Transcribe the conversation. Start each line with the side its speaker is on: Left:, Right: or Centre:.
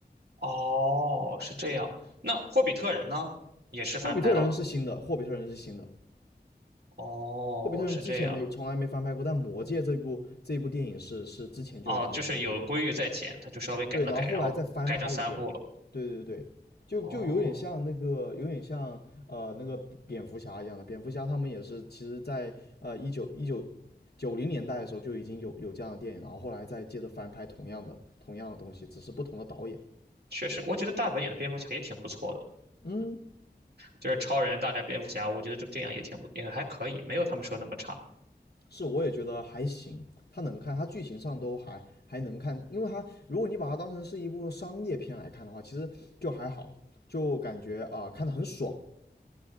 Right: 哦，是这样。那霍比特人呢？也是翻拍了。
Left: 《霍比特人》是新的，《霍比特人》是新的。
Right: 哦，
Left: 霍比特人之前没从来没翻拍过，
Right: 是这样。
Left: 但《魔戒》这一部这一部电影是是之前就已经有翻拍过，
Right: 哦，就是有规律在前，他就稍微改了改，
Left: 对，然后后来再翻拍一遍，
Right: 然后改成三部了。
Left: 对对对，就就有点像那个，
Right: 哦，
Left: 有点像呃那个蝙蝠侠一样的，蝙蝠侠他们也是，其实在呃一九一九九零年代的时候就已经有有这样的电影，然后后来再接着翻拍同样的同样的东西，只是不同的导演。
Right: 确实，我觉得大本演的蝙蝠侠也挺不错的。
Left: 嗯，
Right: 就是超人大战蝙蝠侠，我觉得这部电影也挺不也还可以，没有他们说那么差。
Left: 是，我也觉得还行，它能看，它剧情上都还还能看，因为它如果你把它当成是一部商业片来看的话，其实就还好，就感觉啊、呃看得很爽。